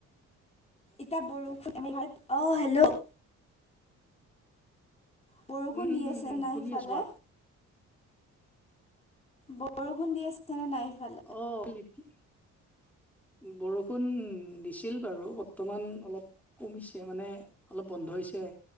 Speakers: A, on the left; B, in the centre.
A: ইতা বৰষুণ <unintelligible> অ', হেল্ল'! বৰষুণ
B: উম,
A: দি
B: উম,
A: আছে
B: উম,
A: নাই
B: শুনি
A: সিফালে
B: আছোঁ কোৱা।
A: বৰষুণ দি আছে নে নাই সেইফালে?
B: অ', <unintelligible> বৰষুণ দিছিল বাৰু, বৰ্তমান অলপ কমিছে মানে অলপ বন্ধ হৈছে,